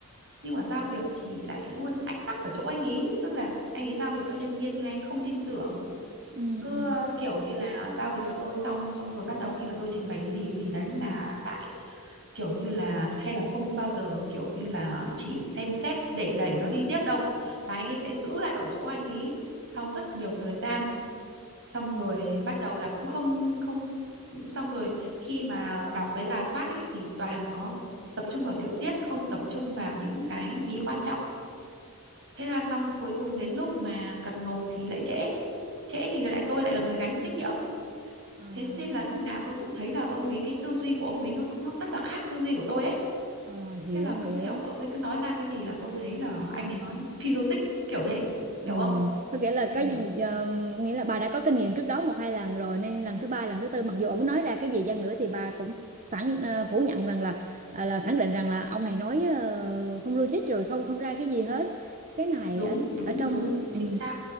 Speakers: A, on the right; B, on the right.
A: nhưng mà giao việc thì lại luôn ách tắc ở chỗ anh ý, tức là anh ấy giao việc cho nhân viên nhưng anh ấy không tin tưởng,
B: ừ
A: cứ
B: ừ
A: ờ, kiểu như là giao việc cho tôi xong xong rồi bắt đầu khi mà tôi trình bày cái gì cái gì đấy là lại kiểu như là hay là không bao giờ kiểu như là chỉ xem xét để đẩy nó đi tiếp đâu, mà anh ấy sẽ giữ lại ở chỗ anh ý sau rất nhiều thời gian xong
B: ừ.
A: rồi bắt đầu là cũng không không xong rồi khi mà đọc với rà soát ấy thì toàn có tập trung vào tiểu tiết không tập trung vào những cái ý quan trọng thế là xong cuối cùng đến lúc mà cần nộp thì lại trễ trễ thì lại tôi lại là người gánh trách nhiệm
B: à,
A: thế nên là lúc nào tôi cũng thấy là ông ấy cái tư duy của ông ấy nó nó rất là khác tư duy của tôi ấy
B: à, hiểu
A: thế là
B: hiểu
A: cứ kiểu ông ấy cứ nói ra cái gì là tôi thấy là anh ấy nói phi logic kiểu thế
B: Ừm,
A: hiểu không
B: có nghĩa là
A: ừ,
B: cái gì ờ, nghĩa là bà đã có kinh nghiệm trước đó một hai lần rồi nên lần thứ ba lần thứ tư mặc dù ông nói ra cái gì chăng nữa thì bà cũng phản ờ, phủ nhận rằng là à, là khẳng định rằng là ông này nói ờ, không logic rồi không không ra cái gì hết cái này
A: đúng
B: ở
A: đúng
B: ở trong
A: đúng chính
B: ừ,
A: xác